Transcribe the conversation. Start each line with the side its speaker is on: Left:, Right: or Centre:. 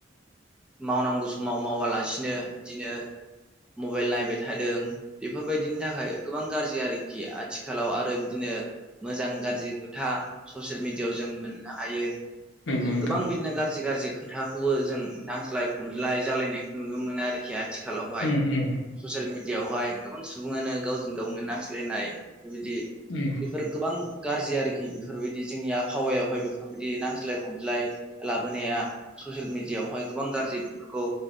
Centre: मावनांगौ समाव मावालासिनो बिदिनो मबाइल नायबाय थादों बेफोरबायदिनि थाखाय गोबां गारजि आरोखि आथिखालाव आरो बिदिनो मोजां गारजि खोथा ससियेल मिडियायाव जों मोननो हायो
Left: नंगौ
Centre: जेन
Left: नोंथां
Centre: गोबां बिदिनो गारजि गारजि खो खोथाखौबो जों नांज्लाय खमज्लाय जालायनायखौ नुनो मोनो आरोखि आथिखालावहाय
Left: उम उम
Centre: ससियेल मिडियाआवहाय गोबां सुबुङानो गावजों गावनो नांज्लायनाय बेफोरबादि
Left: उम
Centre: बेफोर गोबां गारजि आरोखि बेफोरबायदि जोंनि आबहावायावहाय बेफोरबायदि नांज्लाय खमज्लाय लाबोनाया ससियेल मिडियायावहाय गोबां गारजि बिफोरखौ